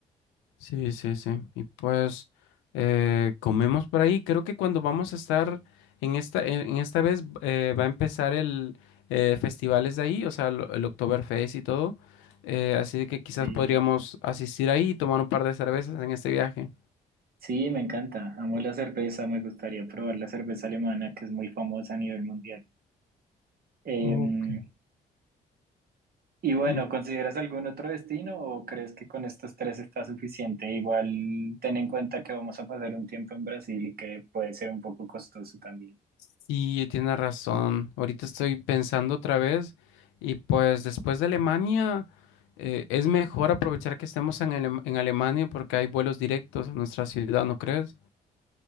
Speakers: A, on the left; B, on the right.
A: Sí, sí, sí. Y pues eh, comemos por ahí. Creo que cuando vamos a estar en esta, en, en esta vez eh, va a empezar el eh, festivales de ahí, o sea, lo- el Oktoberfest y todo. Eh, así de que quizás
B: Sí,
A: podríamos asistir ahí y tomar un par de cervezas en este viaje.
B: sí, me encanta. Amo la cerveza, me gustaría probar la cerveza alemana, que es muy famosa a nivel mundial. Em,
A: Ok.
B: y bueno,
A: Mm,
B: ¿consideras algún otro destino o crees que con estos tres está suficiente? Igual ten en cuenta que vamos a pasar un tiempo en Brasil y que puede ser un poco costoso también.
A: Sí, tiene razón. Ahorita estoy pensando otra vez y pues después de Alemania eh, es mejor aprovechar que estemos en, Alem- en Alemania porque hay vuelos directos a nuestra ciudad, ¿no crees?